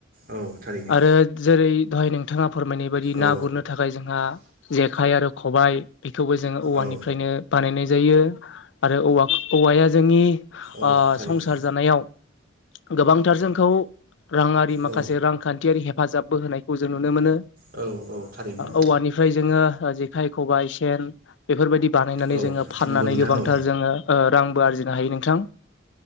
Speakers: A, on the right; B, on the left.
A: औ थारैनो
B: आरो जेरै दहाय नोंथाङा फोरमायनाय बायदि
A: औ
B: ना गुरनो थाखाय जोंहा जेखाइ आरो खबायाइ बेखौबो जोंङो औवानिफ्रायनो
A: औ
B: बानायनाय जायो आरो औ औवाया जोंनि
A: औ थारैनो
B: संसार जानायाव गोबांथार जोंखौ राङारि माखासे
A: औ
B: रांखान्थियारि हेफाजाबबो होनायखौ जों नुनो मोनो
A: औ औ थारैनो
B: औवानि ओमफ्राय जोङो जेखाइ खबाइ सेन बेफोरबायदि बानायनानै
A: औ
B: जोङो फाननानै
A: नंगौ नोंथां
B: गोबांथार
A: औ
B: जोङो रांबो आरजिनो हायो नोंथां